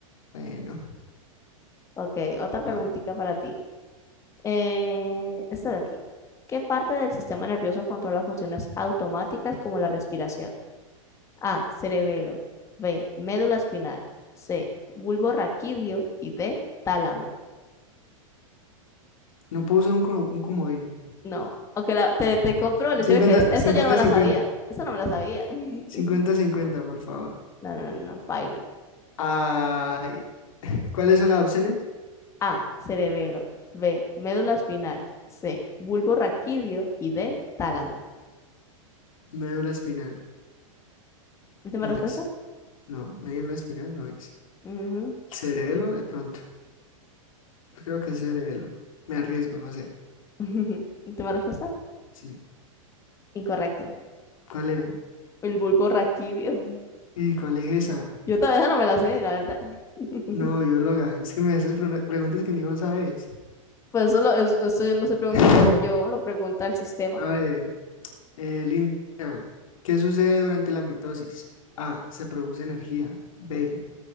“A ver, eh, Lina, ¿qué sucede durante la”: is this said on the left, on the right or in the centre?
Left